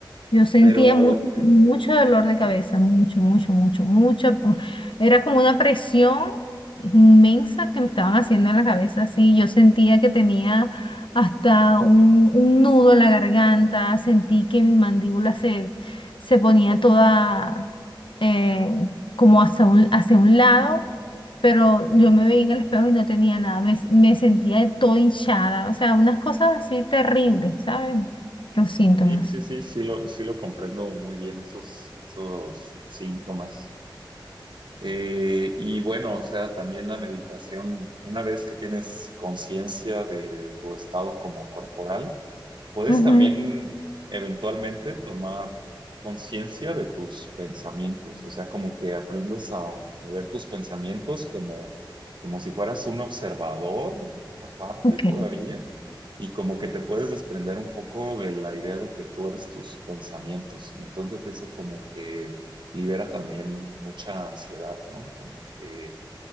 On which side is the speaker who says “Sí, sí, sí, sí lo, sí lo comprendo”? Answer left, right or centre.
Right